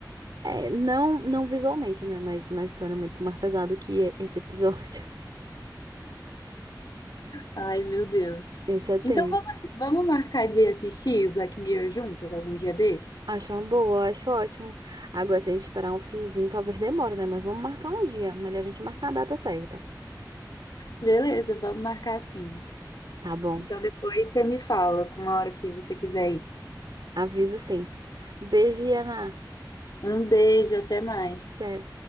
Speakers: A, on the right (about 70°); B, on the left (about 60°).
A: É, não, não visualmente, né? Mas na história é muito mais pesado que e- esse episódio.
B: Ai, meu Deus.
A: <laughs> Esse é tenso.
B: Então vamos, assi- vamos marcar de assistir Black Mirror juntas algum dia desse?
A: Acho uma boa, acho ótimo. Agora, se a gente esperar um friozinho, talvez demore, né? Mas vamos marcar um dia. Melhor a gente marcar a data certa.
B: Beleza, vamos marcar assim.
A: Tá bom.
B: Então depois você me fala com uma hora que você quiser ir.
A: Aviso sim. Beijo, Ana.
B: Um beijo, até mais.
A: Até.